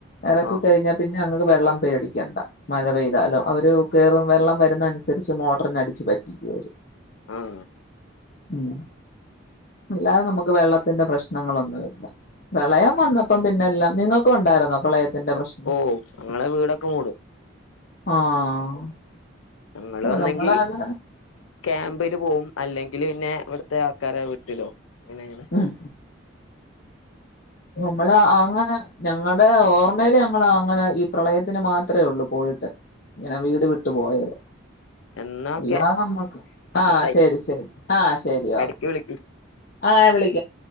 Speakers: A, on the left; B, on the left.
A: എറക്കി
B: ആഹ്
A: കഴിഞ്ഞാ പി ഞങ്ങക്ക് വെള്ളം പേടിക്കണ്ട മഴ പെയ്താലൊ അവരു കേറും വെള്ളം വരുന്നനുസരിച്ച് മോട്രിനടിച്ചു വറ്റിക്കൂ അവര്
B: ആഹ്
A: ഉം അല്ലാതെ നമ്മക്ക് വെള്ളത്തിന്റെ പ്രശ്നങ്ങളൊന്നു ഇല്ല പ്രളയം വന്നപ്പം പിന്നെല്ലാം നിങ്ങൾക്കൊണ്ടായിരുന്നോ പ്രളയത്തിന്റെ പ്രശ്നം?
B: ഓ ഞങ്ങളെ വീടൊക്കെ മൂടും.
A: ആഹ്
B: ഞങ്ങള് ഒന്നെങ്കി
A: നമ്മളത്
B: ക്യാമ്പില് പോവും. അല്ലെങ്കില് പിന്നെ ഇവട് ത്തെ ആൾക്കാരെ വീട്ടിലോ അങ്ങനേണ്
A: ഉം നമ്മള് അങ്ങന ഞങ്ങടെ ഓർമേല് ഞങ്ങളങ്ങനെ ഈ പ്രളയത്തിന് മാത്രേയുള്ളൂ പോയിട്ട്. ഇങ്ങനെ വീട് വി ട്ട് പോയരാ
B: എന്നാ
A: അല്ലാതെ
B: ഓക്കെ
A: നമ്മക്ക് ആ
B: പത്തായി
A: ശരി ശരി ആ ശരി ഓക്കെ.
B: എടക്ക് വിളിക്ക്
A: ആ യാ വിളി